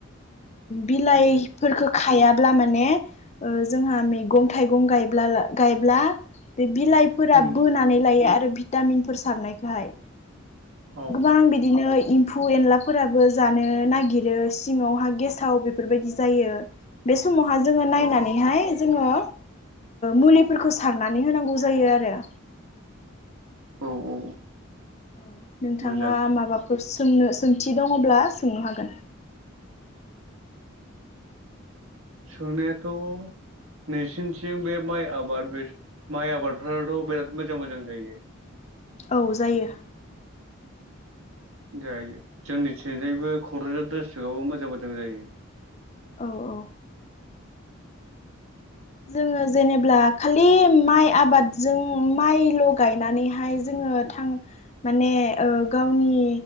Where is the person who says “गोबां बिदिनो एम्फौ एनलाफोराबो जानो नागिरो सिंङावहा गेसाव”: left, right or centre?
Left